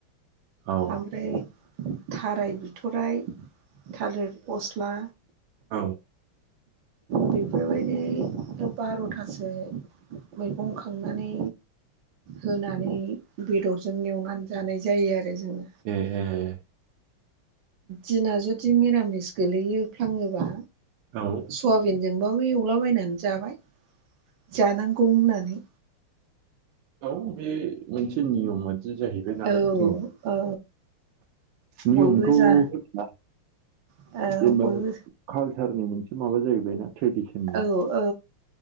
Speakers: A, on the right; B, on the right.
A: औ
B: ओमफ्राय थाराय बिथराइ थालिर फस्ला
A: औ
B: बेफोरबायदि बार'थासो मैगं खांनानै होनानै बेदरजों एवनानै जानाय जायो आरो जोङो
A: ए ए
B: दिना जुदि मिरामिस गोलैफ्लाङोबा
A: औ
B: सयाबिनजोंबाबो एवलाबायनानै जाबाय जानांगौ होननानै
A: औ बे मोनसे नियमबादि जाहैबाय नालाय
B: औ
A: जोंनि
B: औ
A: नियमथ'
B: बयबो
A: होफिना
B: जा औ
A: जेनेबा
B: बयबो
A: कालसारनि मोनसे माबा जाहैबायना ट्रेडिसननि
B: औ औ